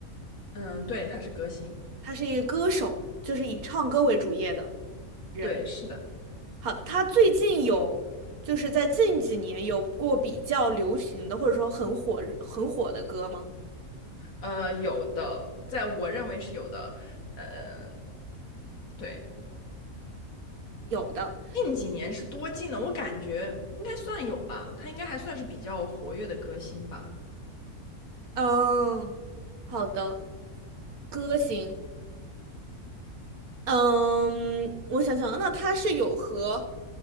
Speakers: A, on the left (about 65°); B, on the right (about 75°).
A: 嗯，对，他是歌星，
B: 他是一个歌手，就是以唱歌为主业的。人。
A: 对，是的，
B: 好，他最近有，就是在近几年有过比较流行的，或者说很火很火的歌吗？
A: 呃，有的，在我认为是有的，呃对，
B: 有的，
A: 近几年是多近呢？我感觉应该算有吧，他应该还算是比较活跃的歌星吧。
B: 嗯，好的，歌星，嗯，我想想啊，那他是有和，